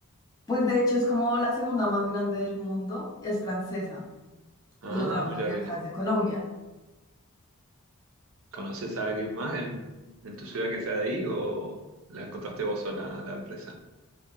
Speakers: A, on the left; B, on the right.
A: Pues de hecho es como la segunda más grande del mundo, es francesa.
B: Ah,
A: Y yo trabajo
B: mira
A: desde
B: que.
A: acá, desde Colombia.
B: ¿Conoces a alguien más en, en tu ciudad que sea de ahí o la encontraste vos sola, la empresa?